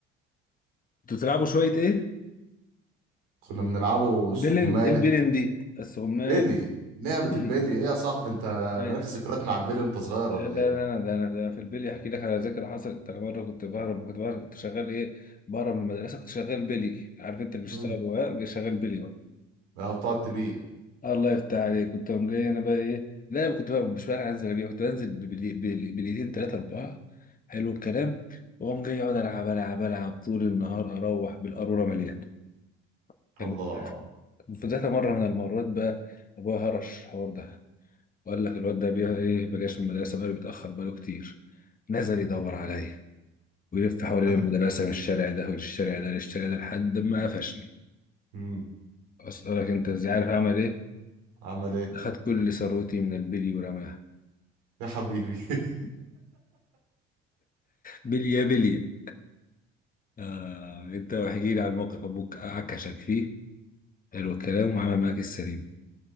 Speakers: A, on the left; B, on the right.
A: كنتوا بتلعبوا شوية إيه؟
B: كنا بنلعبوا استغماية
A: بلن إيه البلن دي؟ السغمال
B: بيلي لعبة
A: بلي
B: البيلي ايه يا صاحبي انت
A: إيه
B: مالكش ذكريات مع البيلي وانت صغير
A: لا
B: ولا
A: لا لا
B: ايه؟
A: ده انا ده انا في البلي احكي لك على ذكرى حصلت انا مره كنت بهرب كنت بهرب كنت شغال ايه بهرب من المدرسه كنت شغال بلي عارف انت اللي بيشتغل
B: امم
A: ورق بيشغل بلي ورق.
B: بتقعد تبيع
A: الله يفتح عليك كنت قوم جاي انا بقى ايه لا أنا كنت بقى مش بقى انزل بيها كنت بنزل بال- بال- بالايدين ثلاثة أربعة حلو الكلام واقوم جاي اقعد العب العب العب طول النهار اروح بالقارورة مليانة كانت
B: الله
A: في ذات مرة من المرات بقى ابويا هرش الحوار ده وقال لك الواد ده بيها ايه ما جاش من المدرسة بقاله بيتأخر بقاله كتير نزل يدور عليا ويلف حوالين
B: <laughs>
A: المدرسة من الشارع ده والشارع ده للشارع ده لحد ما قفشني
B: امم
A: أصل لك أنت إزاي عارف أعمل إيه؟
B: عمل ايه
A: أخد كل ثروتي من البلي ورماها
B: يا حبيبي <laughs>
A: بلية بلية آه انت احكي لي عن موقف ابوك عكشك فيه حلو الكلام وعمل معاك السليم